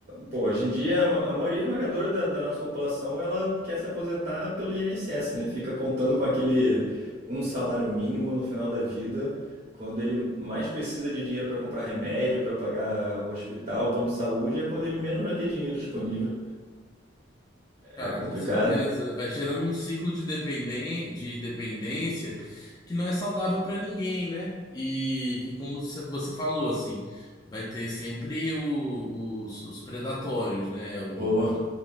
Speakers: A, on the right; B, on the left.
A: pô, hoje em dia a ma- a maioria esmagadora da, da nossa população ela quer se aposentar pelo INSS, né? Fica contando com aquele um salário mínimo no final da vida, quando ele mais precisa de dinheiro para comprar remédio, para pagar hospital, plano de saúde, é quando ele menos vai ter dinheiro disponível.
B: Cara,
A: É complicado.
B: com certeza. Vai gerando um ciclo de dependen de dependência que não é saudável pra ninguém, né? E que, como você você falou, assim, vai ter sempre o- os, os predatórios, né? O-
A: Boa.